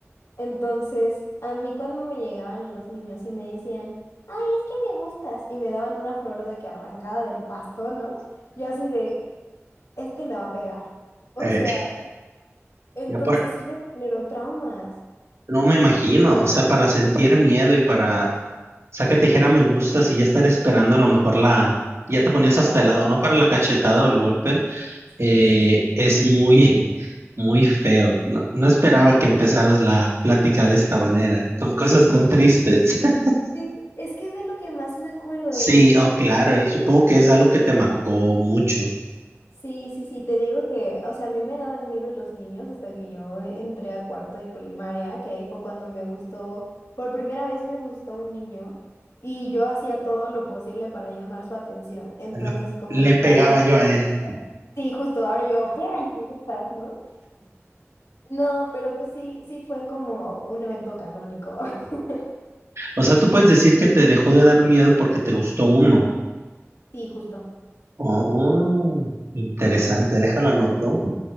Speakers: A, on the left; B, on the right.
A: Entonces, a mí cuando me llegaban los niños y me decían, ay, es que me gustas, y me daban una flor de que arrancada del pasto, ¿no? Yo así de, este me va a pegar. O
B: Eh,
A: sea, Entonces
B: ya por-
A: sí me generó traumas.
B: no me imagino, o sea, para sentir miedo y para Saca tijera me gusta, si ya estar esperando a lo mejor la... Ya te ponías hasta
A: El
B: el lado,
A: golpe.
B: ¿no? Para la cachetada o el golpe.
A: Sí,
B: eh,
A: sí, sí.
B: es muy, <laughs> muy feo. No, no esperaba que empezaras la plática de esta manera, con cosas tan tristes. <laughs>
A: Sí, Es que es de lo que más me acuerdo
B: Sí,
A: de mi infancia.
B: oh, claro, y supongo que es algo que te marcó mucho.
A: Sí, sí, sí, te digo que, o sea, a mí me daban miedo los niños hasta que yo entré a cuarto de primaria, que ahí fue cuando me gustó, por primera vez me gustó un niño y yo hacía todo lo posible para llamar su atención. Entonces,
B: Lo-
A: como
B: Le
A: que
B: pegaba
A: ya desde...
B: yo
A: como,
B: a él.
A: Sí, justo ahora yo, ¡pum! Me gustas, ¿no? No, pero pues sí, sí fue como un evento canónico. <laughs>
B: O sea, tú puedes decir que te dejó de dar miedo porque te gustó uno.
A: Sí, justo.
B: Oh, interesante, déjalo anoto.